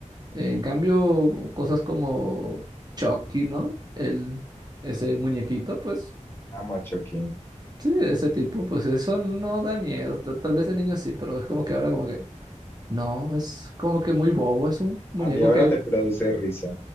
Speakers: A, on the right; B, on the left.
A: en cambio, cosas como Chucky, ¿no? El, ese muñequito, pues...
B: amo a Chucky.
A: Sí, ese tipo, pues eso no da miedo. Tal tal vez el niño sí, pero es como que ahora como que no, es como que muy bobo, es un muñeco
B: A mí ahora
A: que
B: me produce risa